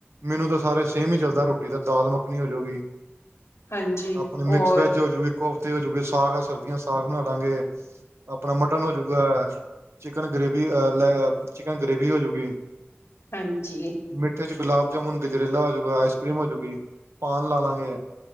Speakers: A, on the right (about 75°); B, on the left (about 85°).
A: ਮੈਨੂੰ ਤਾਂ ਸਾਰੇ ਸੇਮ ਹੀ ਚੱਲਦਾ ਰੋਟੀ ਤਾਂ ਦਾਲ ਮੱਖਣੀ ਹੋਜੂਗੀ।
B: ਹਾਂਜੀ
A: ਆਪਣੇ ਮਿਕਸ
B: ਔਰ
A: ਵੈਜ ਹੋਜਾਉਗੀ। ਕੋਫਤੇ ਹੋਜੂਗੇ ਸਾਗ ਹੈ ਸਬਜ਼ੀਆਂ ਸਾਗ ਬਣਾ ਲਾਂਗੇ ਆਪਣਾ ਮਟਨ ਹੋਜੂਗਾ। ਚਿਕਨ ਗ੍ਰੇਵੀ ਐ ਲੈ ਚਿਕਨ ਗ੍ਰੇਵੀ ਹੋਜੂਗੀ।
B: ਹਾਂਜੀ।
A: ਮਿੱਠੇ ਚ ਗੁਲਾਬ ਜਾਮੁਨ ਗਜਰੇਲਾ ਹੋਜੂਗਾ ਆਈਸ ਕਰੀਮ ਹੋਜੂਗੀ ਪਾਨ ਲਾ ਲਾਂਗੇ।